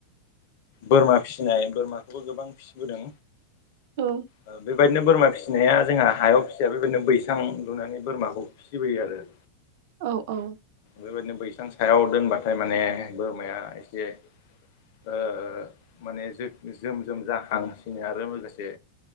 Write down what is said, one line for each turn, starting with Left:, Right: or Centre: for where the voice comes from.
Left: बोरमा फिसिनाय बोरमाखौबो गोबां फिसिबोदों
Right: औ
Left: ओ बेबायदिनो बोरमा फिसिनाया जोंहा हायाव फिसिया बेबायदिनो बैसां लुनानै बोरमाखौ फिसिबोयो आरो
Right: औ औ
Left: बेबायदिनो बैसां सायाव दोनबाथाय माने बोरमाया एसे ओ माने जो जोम जोम जाखांसिनो आरो लोगोसे